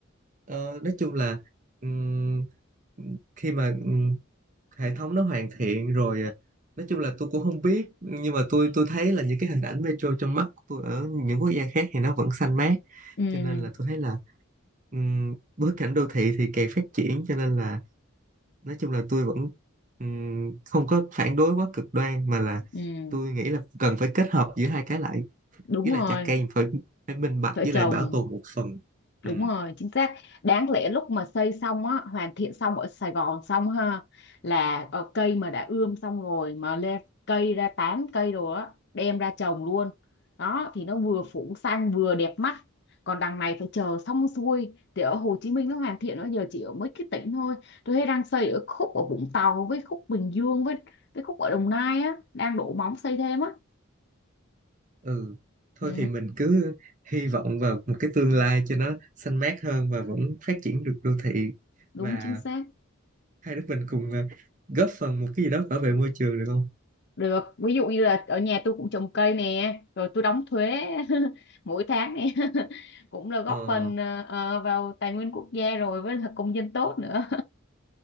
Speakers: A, on the right (about 40°); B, on the left (about 55°).
A: Ờ, nói chung là ừm, khi mà hệ thống nó hoàn thiện rồi à, nói chung là tôi cũng không biết nhưng mà tôi tôi thấy là những cái hình ảnh metro trong mắt của tôi ở những quốc gia khác thì nó vẫn xanh mát
B: ừ
A: cho nên là tôi thấy là ừm, bối cảnh đô thị thì càng phát triển cho nên là nói chung là tôi vẫn ừm, không có phản đối quá cực đoan mà là
B: Ừ,
A: tôi nghĩ là cần phải kết hợp giữa hai cái lại
B: đúng
A: với
B: rồi,
A: là chặt cây phải phải minh bạch
B: vợ
A: với
B: chồng,
A: lại bảo tồn một phần Ừ.
B: đúng rồi, chính xác. Đáng lẽ lúc mà xây xong á, hoàn thiện xong ở Sài Gòn xong ha, là ờ, cây mà đã ươm xong rồi mà lên cây ra tán cây rồi á, đem ra trồng luôn. Đó thì nó vừa phủ xanh vừa đẹp mắt. Còn đằng này phải chờ xong xuôi thì ở Hồ Chí Minh nó hoàn thiện nó giờ chỉ ở mấy cái tỉnh thôi. Tôi thấy đang xây ở khúc ở Vũng Tàu với khúc Bình Dương với với khúc ở Đồng Nai á, đang đổ móng xây thêm á.
A: ừ thôi
B: Ừ,
A: thì mình cứ hy vọng vào một cái tương lai cho nó xanh mát hơn và vẫn phát triển được đô thị
B: đúng
A: và
B: chính xác.
A: hai đứa mình cùng ờ, góp phần một cái gì đó bảo vệ môi trường được không
B: được ví dụ như là ở nhà tôi cũng trồng cây nè rồi tôi đóng thuế <laughs> mỗi tháng nè <laughs> cũng là góp
A: ờ
B: phần ờ, ờ, vào tài nguyên quốc gia rồi với là công dân tốt nữa